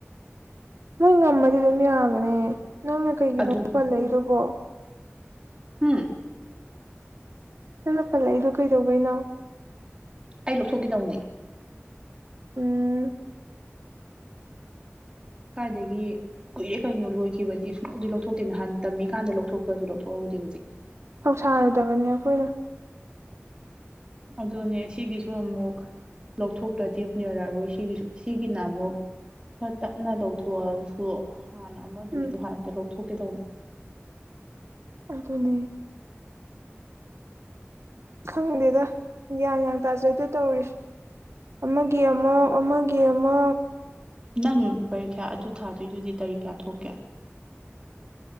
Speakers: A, on the right (about 75°); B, on the right (about 20°).
A: ꯃꯣꯏ ꯉꯝꯃꯗꯤ ꯑꯗꯨꯝ ꯌꯥꯕꯅꯦ ꯅꯪꯅ ꯀꯩꯒꯤꯅꯣ
B: ꯑꯗꯨ
A: ꯄꯜ ꯂꯩꯗꯨꯕꯣ
B: ꯎꯝ
A: ꯅꯪꯅ ꯄꯜꯂꯛꯏꯗꯣ ꯀꯩꯗꯧꯧꯕꯅꯣ
B: ꯑꯩ ꯂꯧꯊꯣꯛꯒꯦꯗꯧꯅꯤ
A: ꯎꯝ
B: ꯀꯥꯏꯗꯒꯤ ꯀꯨꯏꯔꯦ ꯀꯩꯅꯣ ꯂꯣꯏꯈꯤꯕꯗꯤ ꯁꯨꯡꯧꯗꯤ ꯂꯧꯊꯣꯛꯇꯦ ꯅꯍꯥꯟ ꯇꯝꯃꯤꯀꯥꯟꯗ ꯂꯧꯊꯣꯛꯄꯁꯨ ꯂꯧꯊꯣꯛꯍꯧꯦ ꯗ
A: ꯊꯧꯁꯥꯔꯨꯗꯕꯅꯦ ꯑꯩꯈꯣꯏꯅ
B: ꯑꯗꯨꯅꯦ ꯁꯤꯒꯤꯁꯨ ꯑꯃꯨꯛ ꯂꯧꯊꯣꯛꯇ꯭ꯔꯗꯤ ꯑꯃꯨꯛ ꯌꯥꯔꯛꯑꯔꯣꯏ ꯁꯤꯒꯤꯁꯨ ꯁꯤꯒꯤꯅ ꯑꯃꯨꯛ ꯍꯣꯏ ꯇꯞꯅ ꯂꯧꯊꯣꯛꯑꯁꯨ ꯍꯥꯟꯅ ꯑꯃꯗꯨꯏꯗꯣ
A: ꯎꯝ
B: ꯍꯥꯟꯅꯛꯇ ꯂꯧꯊꯣꯛꯀꯦꯗꯧꯅꯦ
A: ꯑꯗꯨꯅꯤ ꯈꯪꯗꯦꯗ ꯒ꯭ꯌꯥꯟ ꯭ꯌꯥꯟ ꯇꯥꯖꯗꯦ ꯇꯧꯔꯤꯁ ꯑꯃꯒꯤ ꯑꯃ ꯑꯃꯒꯤ ꯑꯃ
B: ꯅꯪ ꯄꯔꯤꯈ꯭ꯌꯥ ꯑꯗꯨ ꯊꯥꯗꯣꯏꯗꯨꯗꯤ ꯇꯔꯤ ꯀꯌꯥ ꯊꯣꯛꯀꯦ